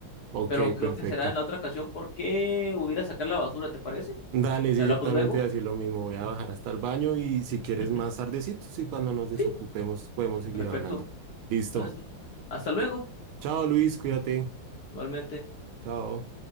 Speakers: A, on the right (about 75°); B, on the left (about 60°).
A: Ok,
B: pero creo
A: perfecto.
B: que será en la otra ocasión porque voy a ir a sacar la basura, ¿te parece?
A: Dale, sí,
B: Y hablamos
A: yo también
B: luego.
A: te voy a decir lo mismo, voy a bajar hasta el baño y si quieres
B: <laughs>
A: más tardecito, sí, cuando nos desocupemos
B: Sí,
A: podemos seguir
B: perfecto.
A: hablando. Listo.
B: Entonces, hasta luego,
A: Chao Luis, cuídate.
B: igualmente.
A: Chao.